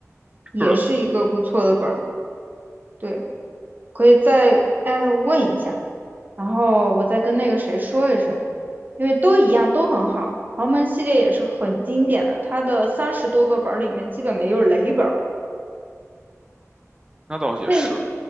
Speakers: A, on the right; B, on the right.
A: 也是一个不错的本儿，
B: 是的，
A: 对，可以再艾特问一下。然后我再跟那个谁说一声，因为都一样，都很好。豪门系列也是很经典的，它的三十多个本儿里面基本没有雷本儿。
B: 那倒也是
A: 对，